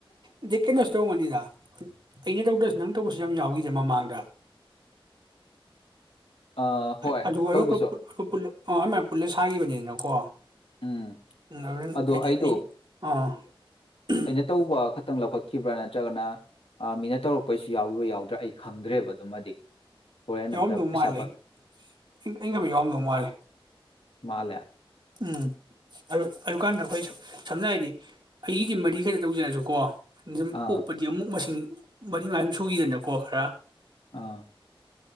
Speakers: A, on the right; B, on the left.
A: ꯑꯗꯩ ꯀꯩꯅꯣꯁꯨ ꯇꯧꯔꯝꯒꯅꯤꯗ ꯑꯩꯅ ꯇꯧꯗꯁꯨ ꯅꯪ ꯇꯧꯕꯁꯨ ꯌꯥꯝ ꯌꯥꯎꯋꯤꯗ ꯃꯃꯥꯡꯗ
B: ꯑꯥ
A: <unintelligible>
B: ꯍꯣꯏ ꯇꯧꯕꯁꯨ
A: ꯑꯣ <unintelligible> ꯄꯨꯜꯂ ꯁꯥꯒꯤꯕꯅꯤꯗꯅꯀꯣ
B: ꯎꯝ
A: ꯎꯝ ꯑꯗꯨꯅ
B: ꯑꯗꯣ ꯑꯩꯗꯣ
A: <unintelligible>
B: ꯑꯩꯅ ꯇꯧꯕ ꯂꯧꯈꯠꯈꯤꯕ꯭ꯔꯥ ꯅꯠꯇ꯭ꯔꯒꯅ ꯃꯤꯅ ꯇꯧꯔꯛꯄꯩꯁꯨ ꯌꯥꯎꯒꯤꯕ꯭ꯔꯥ ꯌꯥꯎꯗ꯭ꯔꯥ ꯑꯩ ꯈꯪꯗ꯭ꯔꯦꯕ ꯑꯗꯨꯃꯗꯤ ꯍꯣꯔꯦꯟ
A: ꯌꯥꯎꯔꯝꯗꯧ
B: ꯑꯝꯇ ꯄꯩꯁꯥ
A: ꯃꯥꯜꯂꯦ
B: ꯄꯥ
A: <unintelligible> ꯌꯥꯎꯔꯝꯗꯧ ꯃꯥꯜꯂꯦ
B: ꯃꯥꯂꯦ
A: ꯎꯝ ꯑꯗꯨ ꯑꯗꯨꯀꯥꯟꯗ ꯑꯈꯣꯏꯁꯨ ꯁꯝꯅ ꯍꯥꯏꯔꯗꯤ ꯑꯩꯒꯤꯗꯤ ꯃꯔꯤꯈꯛꯇ ꯇꯧꯖꯔꯁꯨꯀꯣ <unintelligible>
B: ꯑꯥ
A: ꯑꯣꯛꯄꯗꯤ ꯑꯃꯨꯛ ꯃꯁꯤꯡ ꯃꯔꯤ ꯃꯉꯥ ꯁꯨꯈꯤꯗꯅꯀꯣ ꯈꯔ
B: ꯑꯥ